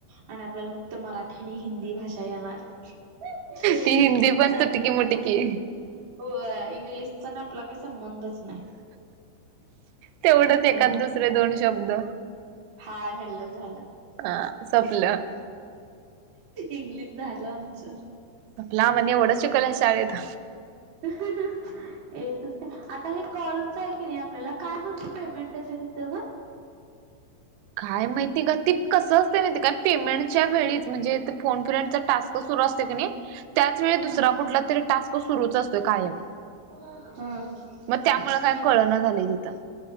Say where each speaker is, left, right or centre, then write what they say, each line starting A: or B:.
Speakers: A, on the right; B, on the right.
A: आणि आपल्याला फक्त मराठी आणि हिंदी भाषा येणार <unintelligible>
B: ती हिंदी पण तुटकी मुटकी
A: होय इंग्लिशचा आणि आपला काय संबंध च
B: तेवढंच
A: ह
B: एखाद दुसरे दोन शब्द.
A: हाय, हॅल्लो झाल.
B: हा सपलं.
A: इंग्लिश झालं आमच.
B: म्हटल एवढंच शिकवल शाळेत.
A: <inaudible> येतस नाही आता हे कॉलच आहे की नाही आपल्याला काय म्हणून पेमेंट येत तिथं ग?
B: काय माहितीग ते कसं असते माहिती काय पेमेंटच्या वेळीच म्हणजे फोन फ्रेंड टास्क सुरू असत की नाही त्याच वेळी दुसरा
A: ह
B: कुठला तरी टास्क सुरूच असतो कायम.
A: हा,
B: मग त्यामुळे काय
A: म्हण
B: कळना झालंय तिथं